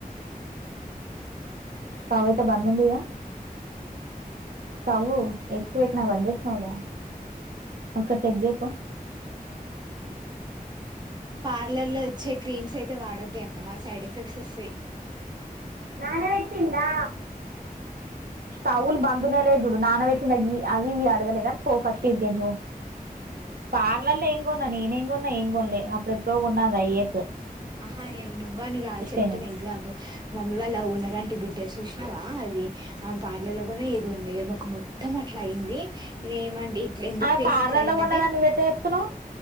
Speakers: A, on the right; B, on the right.
A: స్టవ్ అయితే బంద్ ఉందిగ స్టవ్ ఎగ్స్ పెట్టినా బంద్ చేసినావుగా ఒకసారి చెక్ చేయ్ పో
B: పార్లర్ లో ఇచ్చే క్రీమ్స్ అయితే వాడొద్దె అమ్మా సైడ్ ఎఫెక్ట్ వస్తాయి
A: నానబెట్టిందా కవ్లు బంద్ ఉన్నాయో లేదో చూడు నాన పెట్ అవి ఇవి అడగలేదు గాని పో ఫస్ట్ ఇడికెళ్ళి పో పార్లర్ లో ఏం కొన్న నేనే ఉన్నా ఏం కొ ఉలే అప్పుడు ఎప్పుడో కోన్నా గ ఎ
B: ఆహా నేవు నువ్వు అని కా చెప్తున
A: అయినాయి
B: ఎగ్జాంపుల్ మమ్మీ ఇవాళ ఓనర్ ఆంటీ బిడ్డ చూసినవా అది ఆమె పార్లర్ కి పోదు ఏం కొనదు ఏదు ముక్కు మొత్తం అట్ల అయింది ఇ ఏమంటడి ఎందుకు
A: ఆమె
B: ఫేస్
A: పార్లర్లో
B: ఇట్ల అయిందంటే
A: కొన్నదని నువ్వు ఎట్లా చెప్తున్నావు